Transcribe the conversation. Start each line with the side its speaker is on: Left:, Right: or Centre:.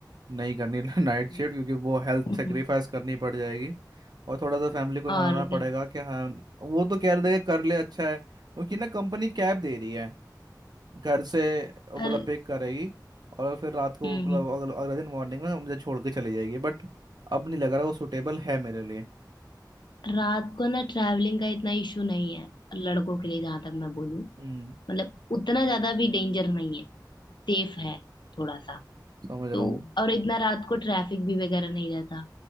Right: नहीं करनी <laughs> नाइट
Left: हम्म
Right: शिफ्ट क्योंकि वो हेल्थ सेक्रीफाइस
Left: <laughs>
Right: करनी पड़ जाएगी और थोड़ा सा फैमिली को
Left: और
Right: मनाना पड़ेगा
Left: क्या
Right: कि हाँ वो तो कह रहे थे कि कर ले अच्छा है क्योंकि ना कंपनी कैब दे रही है घर से मतलब
Left: और
Right: पिक करेगी और फिर रात को
Left: हम्म
Right: मतलब अगल- अगले दिन मॉर्निंग में मुझे छोड़ के चली जाएगी बट अब नहीं लग रहा वो सुटेबल है मेरे लिए
Left: रात को ना ट्रैवलिंग का इतना इशू नहीं है लड़कों के लिए जहां तक मैं बोलूं
Right: हम्म
Left: मतलब उतना ज्यादा भी डेंजर नहीं है सेफ है थोड़ा सा
Right: समझ
Left: तो
Right: रहा हूँ
Left: और इतना रात को ट्रैफिक भी वगैरह नहीं रहता